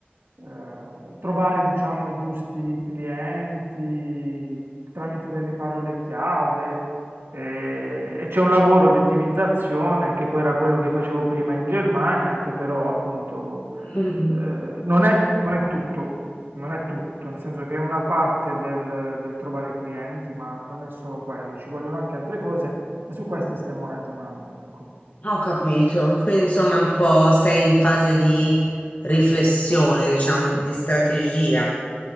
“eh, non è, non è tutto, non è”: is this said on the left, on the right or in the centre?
Right